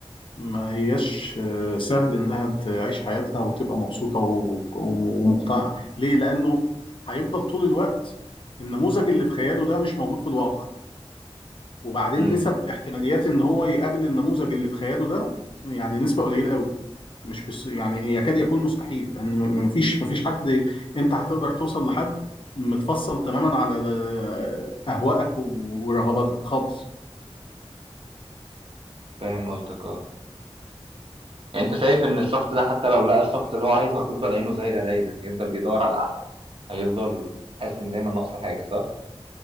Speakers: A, on the left; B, on the right.
A: ما هياش آه، سهل انها تعيش حياتها وتبقى مبسوطه و... وم- ومقتنعه ليه لانه هيفضل طول الوقت النموذج اللي في خياله ده مش موجود في الواقع وبعدين
B: امم
A: نسب احتماليات ان هو يقابل النموذج اللي في خياله ده يعني نسبه قليله قوي مش بس يعني يكاد يكون مستحيل لان م- مفيش مفيش حد انت هتقدر توصل لحد متفصل تماما على اهوائك و- ورغباتك خالص
B: فاهم قصدك اه يعني انت شايف ان الشخص ده حتى لو لقى الشخص اللي هو عايزه هتفضل عينه زايغه دايما هيفضل بيدور على الاحسن هيفضل حاسس ان دايما ناقصه حاجه صح